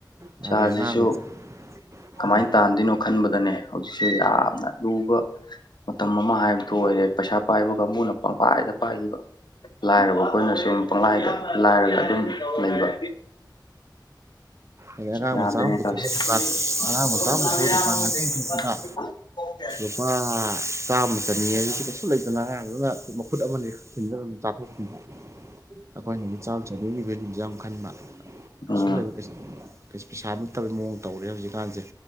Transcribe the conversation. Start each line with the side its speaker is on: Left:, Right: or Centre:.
Right: ꯃꯥꯅꯦ
Left: ꯄꯩꯁꯤꯁꯨ
Right: ꯑꯉꯥꯡ ꯃꯆꯥ
Left: ꯀꯃꯥꯏꯅ
Right: ꯎꯝ
Left: ꯇꯥꯟꯗꯣꯏꯅꯣ ꯈꯟꯕꯗꯅꯦ ꯍꯧꯖꯤꯛꯁꯦ ꯌꯥꯝꯅ ꯂꯨꯕ ꯃꯇꯝ ꯑꯃ ꯍꯥꯏꯕꯗꯨ ꯑꯣꯏꯔꯦꯗ ꯄꯩꯁꯥ ꯄꯥꯏꯕ ꯀꯥꯡꯕꯨꯅ ꯄꯪꯄꯥꯏꯗ ꯄꯥꯏꯈꯤꯕ ꯂꯥꯏꯔꯕ ꯑꯩꯈꯣꯏꯅ ꯁꯨꯝ ꯄꯪꯂꯥꯏꯗ ꯂꯥꯏꯔꯒ ꯑꯗꯨꯝ ꯂꯩꯕ꯫
Right: ꯑꯗꯩ ꯑꯉꯥꯡ
Left: ꯌꯥꯗ꯭ꯔꯦꯅꯦ
Right: ꯃꯆꯥ ꯑꯃ ꯄꯨꯊꯣꯛꯑ
Left: ꯇꯧꯔꯤ
Right: ꯗꯨꯀꯥꯟ
Left: ꯁꯦ꯫ <unintelligible>
Right: ꯑꯉꯥꯡ ꯃꯆꯥ ꯑꯃ ꯄꯨꯊꯣꯛꯑ ꯗꯨꯀꯥꯟ ꯉꯥꯛꯇꯪ ꯊꯣꯛꯄꯗ ꯂꯨꯄꯥ ꯆꯥꯝꯃ ꯆꯅꯤ ꯍꯥꯏꯁꯤ ꯀꯩꯁꯨ ꯂꯩꯇꯅ ꯑꯉꯥꯡꯗꯨꯅ ꯃꯈꯨꯠ ꯑꯃꯅꯤ ꯊꯤꯟꯗ ꯑꯗꯨꯝ ꯆꯥꯊꯣꯛꯄꯤꯕ ꯑꯩꯈꯣꯏꯅꯗꯤ ꯆꯥꯛ ꯆꯥꯕꯒꯤ ꯚꯦꯂꯨꯁꯦ ꯌꯥꯝ ꯈꯟꯕ꯫ ꯀꯩꯁꯨ
Left: ꯎꯝ
Right: ꯂꯩꯕ ꯄꯩꯁꯥ ꯅꯠꯇꯕꯩ ꯃꯑꯣꯡ ꯇꯧꯔꯦ ꯍꯧꯖꯤꯛꯀꯥꯟꯁꯦ꫰꫰